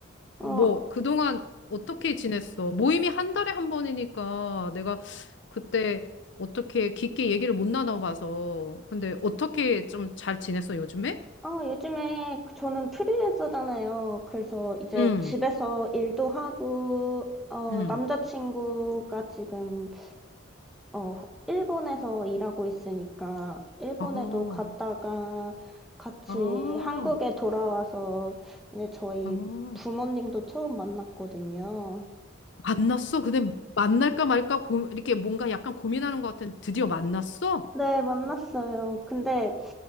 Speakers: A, on the left; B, in the centre.
A: 어,
B: 어,
A: 뭐, 그동안 어떻게 지냈어? 모임이 한 달에 한 번이니까 내가 그때 어떻게 깊게 얘기를 못 나눠봐서. 근데 어떻게 좀 잘 지냈어, 요즘에?
B: 아, 요즘에 저는 프리랜서잖아요. 그래서 이제
A: 응,
B: 집에서 일도 하고, 어,
A: 응.
B: 남자친구가 지금 어, 일본에서 일하고 있으니까 일본에도
A: 아,
B: 갔다가 같이
A: 아,
B: 한국에 돌아와서 이제 저희
A: 아.
B: 부모님도 처음 만났거든요.
A: 만났어? 근데 만날까 말까 고, 이렇게 뭔가 약간 고민하는 것 같은 드디어 만났어?
B: 네, 만났어요. 근데